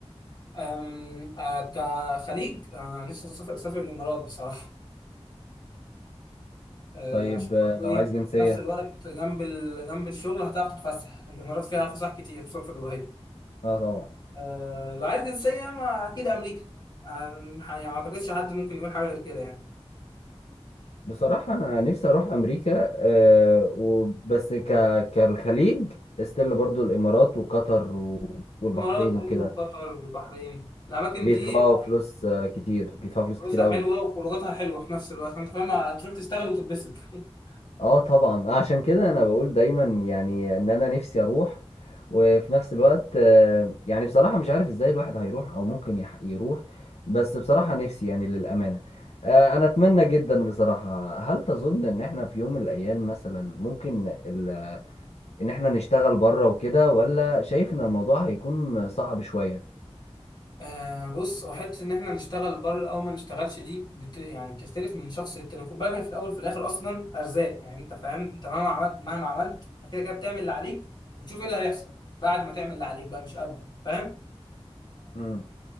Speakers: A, on the left; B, on the left.
A: أم، آه، كخليج آه، لسه سافر سافر الامارات بصراحه آه،
B: طيب
A: عشان
B: آه،
A: برضه
B: لو
A: ايه
B: عايز جنسية
A: نفس الوقت جنب ال... جنب الشغل هتعرف تتفسح الامارات فيها فسح كتير خصوصا في دبي
B: اه طبعا
A: آه، لو عايز جنسية ما أكيد أمريكا آه، يعني ما أعتقدش حد ممكن يقول حاجة غير كده يعني
B: بصراحة أنا نفسي أروح أمريكا آه وبس ك كالخليج استيل برضو الإمارات وقطر و... والبحرين
A: الإمارات أيوة
B: وكده
A: وقطر والبحرين الأماكن
B: بيدفعوا
A: دي
B: فلوس آه كتير بيدفعوا فلوس
A: فلوسها
B: كتير قوي
A: حلوة وخروجاتها حلوة في نفس الوقت فأنت فاهم هتروح تشتغل وتتبسط <laughs>
B: اه طبعا آه، عشان كده انا بقول دايما يعني ان انا نفسي اروح وفي نفس الوقت آه، يعني بصراحة مش عارف ازاي الواحد هيروح او ممكن يح- يروح بس بصراحة نفسي يعني للأمانة آه، انا اتمنى جدا بصراحة هل تظن ان احنا في يوم من الايام مثلا ممكن ال- ان احنا نشتغل بره وكده ولا شايف ان الموضوع هيكون صعب شوية
A: آه بص هو حتة إن إحنا نشتغل بره أو ما نشتغلش دي بت... يعني بتختلف من شخص للتاني خد بالك هي في الأول وفي الآخر أصلا أرزاق يعني أنت فاهم أنت مهما عملت مهما عملت أنت كده كده بتعمل اللي عليك وتشوف إيه اللي هيحصل بعد ما تعمل اللي عليك بقى مش قبل فاهم
B: مم.